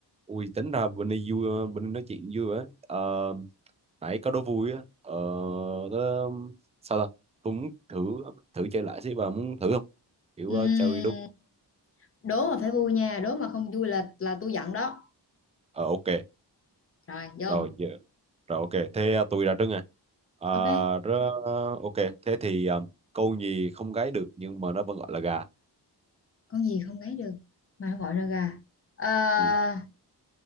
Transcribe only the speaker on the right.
Ui tính ra bên đây vui bên đây nói chuyện vui á Ờ, nãy có đố vui á Ờ, tớ- sao ta tôi muốn thử thử chơi lại xí bà muốn thử không kiểu
ờ, chơi đúng
Ờ, ok
rồi giờ rồi ok thế ờ, tôi ra trước nè Ờ,
rớ- ok thế thì ờ, con gì không gáy được nhưng mà nó vẫn gọi là gà
ừ.